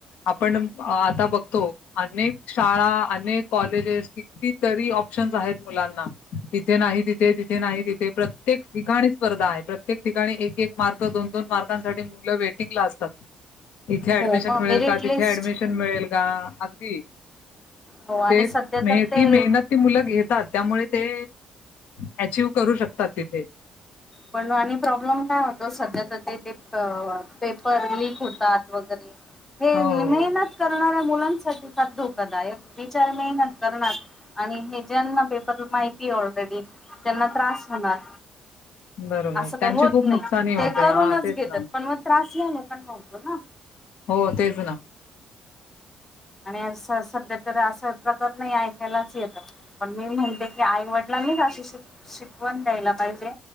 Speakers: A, on the left; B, on the left.
A: आपण आता बघतो आनेक शाळा आनेक कॉलेजेस किती तरी ऑप्शन्स आहेत मुलांना इथे नाही तिथे तिथे नाही तिथे प्रत्येक ठिकाणी स्पर्धा आहे प्रत्येक ठिकाणी एक एक मार्क दोन दोन मार्कांसाठी मुलं वेटिंगला असतात. इथ ऍडमिशन
B: हो मग
A: मिळेल
B: मेरिट
A: का तिथे
B: लिस्ट
A: ऍडमिशन मिळेल गा आगदी
B: हो आणि
A: तेच
B: सध्या
A: मेथी
B: तर ते
A: मेहनत ती मुलं घेत तात त्यामुळे ते अँचिव करू शकतात तिथे
B: पण आणि प्रॉब्लेम काय होतो सध्या तर ते ते पेपर लीक होतात वगैरे हे
A: हो
B: मेहनत करणाऱ्या मुलां साठी फार धोकादायक विचार नाही ना करनार आणि ज्यांना पेपर माहिती ऑलरेडी त्यांना त्रास होणार
A: बरोबर
B: आसं
A: त्यांची
B: काय होत
A: खूप
B: नाही
A: नुकसानी होते
B: ते करूनच
A: हा तेच
B: घेतात
A: ना
B: पण म त्रास ह्या नो नुकसान होत ना?
A: हो तेच ना
B: आणि असं सध्या तर असं प्रकार नाही ऐकायलाच येतातं पण मी माहिते की आईवडिलांनीच अशी श शिकवण द्यायला पाहिजे